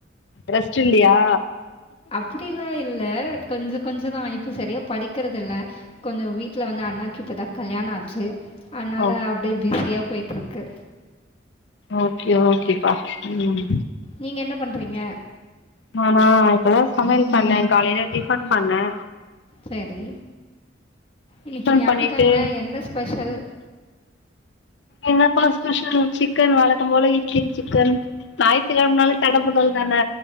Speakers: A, on the left; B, on the left.
A: ரெஸ்ட் இல்லெயா
B: அப்டிலா இல்ல கொஞ்ச கொஞ்ச தா இப்ப சரியா படிக்கிறதுல்ல கொஞ்சோ வீட்ல வந்து அண்ணாக்கு இப்பதா கல்யாண ஆச்சு அனால
A: ஓகே
B: அப்டியே பிஸியா போயிட்ருக்கு
A: ஓகே ஓகேப்பா ம்
B: நீங்க என்ன பண்றீங்க
A: நானா இப்பதா சமயல் பண்ணே காலையில டிஃபண் பண்ணே
B: சரி இன்னைக்கு
A: டிஃபன்
B: ஞாத்திக்கெளம
A: பண்ணிட்டு
B: என்ன ஸ்பெஷல்
A: என்னப்பா ஸ்பெஷல் சிக்கன் வழக்கம் போல இட்லி சிக்கன் ஞாயித்துகெளமனாலே தடபுடல் தான